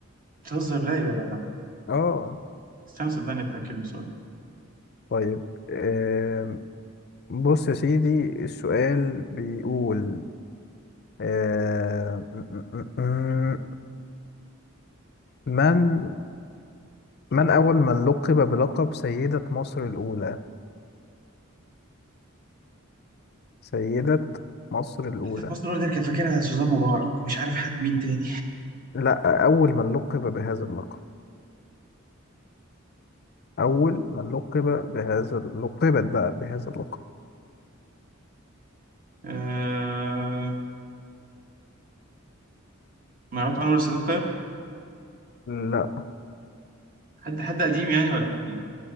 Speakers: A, on the right; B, on the left.
A: بتهزر لا يا جدع لا
B: اه
A: استنى صدقني اتأكد من السؤال ده
B: طيب آم، بص يا سيدي السؤال بيقول آه م- م- م- من من أول من لقب بلقب سيدة مصر الأولى سيدة مصر الأولى
A: نسيت مصر الأولى دي كان فاكرها سوزان مبارك مش عارف حد مين تاني
B: لا أول من لقب بهذا اللقب أول من لقب بهذا لقبت بقى بهذا اللقب
A: آه... مرات أنور السادات طيب
B: لا
A: حد حد قديم يعني ولا حد